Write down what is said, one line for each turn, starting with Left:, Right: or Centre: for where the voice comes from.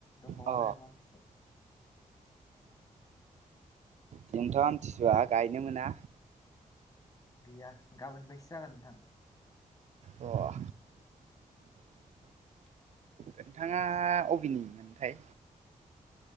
Left: दंबावो
Right: अ
Left: आरो माखासे
Right: दिनैथ' आमथिसुवा गायनो मोना
Left: गैया गाबोन फायसो जागोन नोंथां
Right: अ नोंथाङा अबिनि मोनथाय?